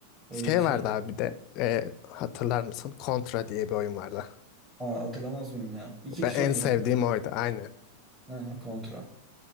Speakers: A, on the right (about 20°); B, on the left (about 40°).
A: Öyle
B: Şey
A: bir şey.
B: vardı abi bir de. e, hatırlar mısın? Contra diye bir oyun vardı.
A: Aa, hatırlamaz mıyım ya? İki
B: Ben
A: kişi
B: en
A: oynuyordu
B: sevdiğim
A: değil mi?
B: oydu. Aynen.
A: Hı hı, kontra.